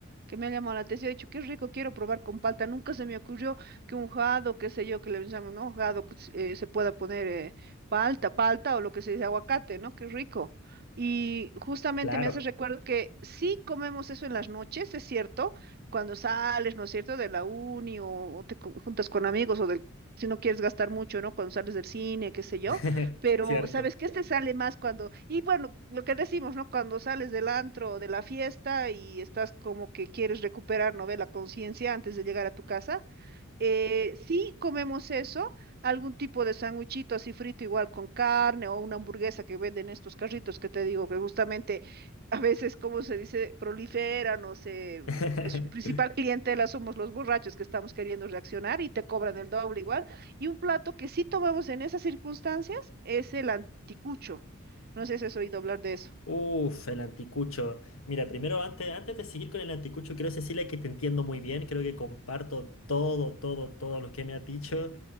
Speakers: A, on the right; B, on the left.
A: que me ha llamado la atención. He dicho, qué rico, quiero probar con palta. Nunca se me ocurrió que un jado, qué sé yo, que le llamamos, ¿no? Jado, que se eh, se pueda poner eh, palta, palta o lo que se dice aguacate, ¿no? Qué rico. Y justamente
B: claro,
A: me hace recuerdo que sí comemos eso en las noches, es cierto, cuando sales, ¿no es cierto?, de la uni o, o te co- juntas con amigos o del, si no quieres gastar mucho, ¿no?, cuando sales del cine, qué sé yo
B: <laughs>
A: pero
B: cierto.
A: sabes que este sale más cuando, y bueno, lo que decimos, ¿no? Cuando sales del antro o de la fiesta y estás como que quieres recuperar, ¿no? Ve la conciencia antes de llegar a tu casa. Eh, sí comemos eso, algún tipo de sándwichito así frito igual con carne o una hamburguesa que venden estos carritos que te digo que justamente a veces, como se dice, proliferan o se, mm,
B: <laughs>
A: es su principal clientela somos los borrachos que estamos queriendo reaccionar y te cobran el doble igual. Y un plato que sí tomamos en esas circunstancias es el anticucho. No sé si has oído hablar de eso.
B: Uf, el anticucho. Mira, primero, antes, antes de seguir con el anticucho, quiero decirle que te entiendo muy bien. Creo que comparto todo, todo, todo lo que me has dicho.